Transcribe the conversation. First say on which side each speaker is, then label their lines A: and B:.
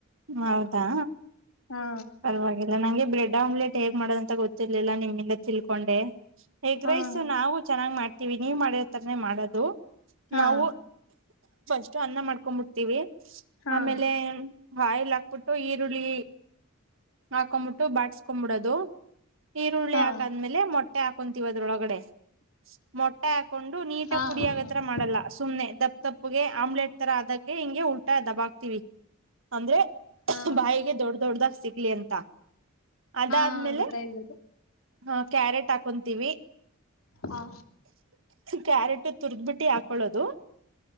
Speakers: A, on the right (about 60°); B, on the left (about 75°).
A: ಹೌದಾ
B: ಹಾ
A: ಪರವಾಗಿಲ್ಲ ನಂಗೆ ಬ್ರೆಡ್ ಆಮ್ಲೆಟ್ ಹೇಗ್ ಮಾಡೋದಂತ ಗೊತ್ತಿರ್ಲಿಲ್ಲ ನಿಮ್ಮಿಂದ ತಿಳ್ಕೊಂಡೆ ಎಗ್ರೈಸು
B: ಹಾ
A: ನಾವು ಚೆನ್ನಾಗ್ ಮಾಡ ವಿ ನೀವ್ ಮಾಡಿತರನೇ ಮಾಡೋದು
B: ಹಾ
A: ನಾವು ಸ್ಟ್ ಅನ್ನ ಮಾಡ್ಕೊಂಡ್ಬಿಡ್ತೀವಿ
B: ಹಾ
A: ಆಮೇಲೆ ಬಾಯಲ್ ಹಾಕ್ಬಿಟ್ಟು ಈರುಳ್ಳಿ ಹಾಕೊಂಬಿಟ್ಟು ಬಾಟ್ಸ್ಕೊಬಿಡದು ಈರುಳ್ಳಿ
B: ಹಾ
A: ಹಾಕಾದ್ಮೇಲೆ ಮೊಟ್ಟೆ ಹಾಕೊಂತೀವಿ ಅದ್ರೊಳಗಡೆ ಮೊಟ್ಟೆ ಹಾಕೊಂಡು ನೀಟು
B: ಹಾ
A: ಪುಡಿ ಆಗತ್ರ
B: ಹಾ
A: ಮಾಡಲ್ಲ ಸುಮ್ನೆ ದಪ್ಪ ತಪ್ಪುಗೆ ಆಮ್ಲೆಟ್ ತರ ಆದಕ್ಕೆ ಹಂಗೆ ಉಲ್ ದಬ ಆಕ್ತಿವಿ ಅಂದ್ರೆ
B: ಹಾ
A: ಬಾಯಿಗೆ ದೊಡ್ಡ ದೊಡ್ಡ್ದ ಸಿಗ್ಲಿ ಅಂತ ಅದಾದ್ಮೇಲೆ
B: ಹಾ ಗೊತ್ತಾಯ್ತು ಗೊತ್ತಾಯ್ತು
A: ಹಾ ಕ್ಯಾರೆಟ್ ಹಾಕೊಂತೀವಿ
B: ಹಾ
A: ಕ್ಯಾರೆಟ್ ತುರ್ದ್ಬಿಟ್ಟು ಹಾಕೊಳ್ಳೋದು